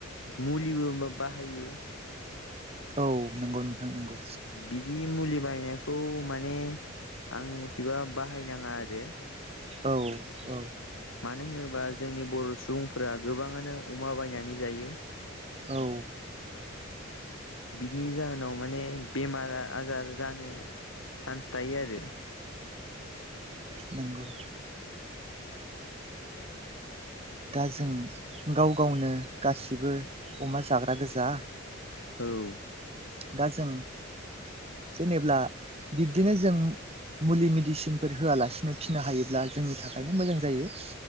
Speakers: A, on the left; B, on the right.
A: मुलिबो बाहायो
B: औ नंगौ नोंथां नंगौ
A: बिदि मुलि बायनायखौ माने आंनि मथेबा बाहायनाङा आरो
B: औ औ
A: मानो होनोबा जोंनि बर' सुबुंफोरा गोबाङानो अमा बायनानै जायो
B: औ
A: बिनि जाहोनाव माने बेमार आजार जानो चान्स थायो आरो
B: नंगौ दा जों गाव गावनो गासिबो अमा जाग्रा गोजा
A: औ
B: दा जों जेनेब्ला बिब्दिनो जों मुलि मेडिसिनफोर होआलासिनो फिनो हायोब्ला जोंनि थाखायनो मोजां जायो